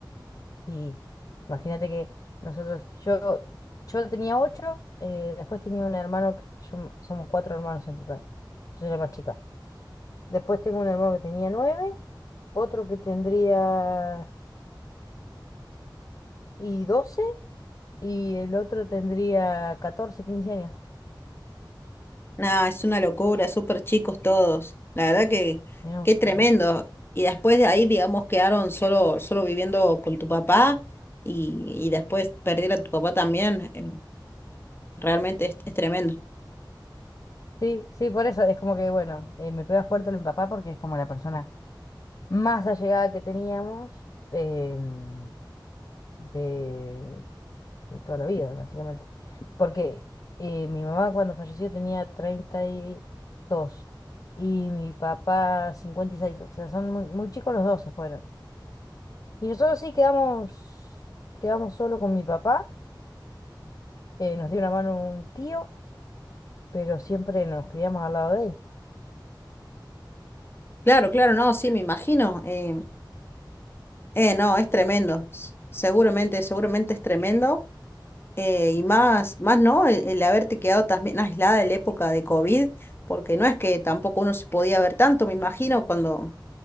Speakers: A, on the left; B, on the left.
A: y imagínate que nosotros, yo, yo tenía ocho, eh, después tenía un hermano, que- yo- somos cuatro hermanos en total, yo soy la más chica. Después tengo un hermano que tenía nueve, otro que tendría y doce, y el otro tendría catorce, quince años.
B: Nada, es una locura, súper chicos todos. La verdad que
A: Éramos
B: qué
A: súper
B: tremendo.
A: chicos.
B: Y después de ahí, digamos, quedaron solo, solo viviendo con tu papá y, y después perder a tu papá también. em, Realmente es es tremendo.
A: Sí, sí, por eso es como que, bueno, eh, me pega fuerte lo de mi papá porque es como la persona más allegada que teníamos. em, de, de toda la vida, básicamente. Porque eh, mi mamá cuando falleció tenía treinta y dos y mi papá cincuenta y seis o sea, son muy, muy chicos los dos se fueron. Y nosotros sí quedamos, quedamos solo con mi papá, eh, nos dio una mano un tío, pero siempre nos criamos al lado de él.
B: Claro, claro, no, sí, me imagino. Eh, eh, no, es tremendo. s- Seguramente, seguramente es tremendo. eh, y más, más no, el, el haberte quedado también aislada en la época de COVID, porque no es que tampoco uno se podía ver tanto, me imagino, cuando,